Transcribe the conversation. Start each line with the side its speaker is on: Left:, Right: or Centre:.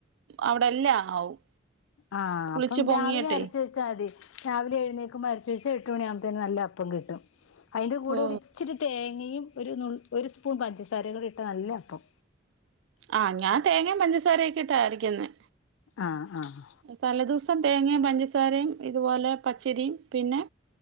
Right: അവിടെ എല്ലാം ആവും
Left: ആഹ്
Right: പുളിച്ചു
Left: അപ്പം
Right: പൊങ്ങിയിട്ടെ
Left: രാവിലെ അരച്ച് വെച്ചാൽ മതി രാവിലെ എഴുന്നേക്കുമ്പം അരിച്ച് വെച്ചാ എട്ടുമണിയാവുമ്പത്തേനും നല്ല അപ്പം കിട്ടും. അയിൻ്റെ കൂടെ
Right: ഓ
Left: ഒരു ഇച്ചിരി തേങ്ങയും ഒരു നുള് ഒരു സ്പൂൺ പഞ്ചസാരേം കൂടി ഇട്ടാ നല്ല യപ്പം
Right: ആഹ് ഞാൻ തേങ്ങേം പഞ്ചസാരയൊക്കെ ഇട്ടാ അരക്ക്ന്നെ.
Left: ആഹ് ആഹ്
Right: തലേ ദുവ് സം തേങ്ങയും പഞ്ചസാരയും ഇതുപോലെ പച്ചരിയും പിന്നെ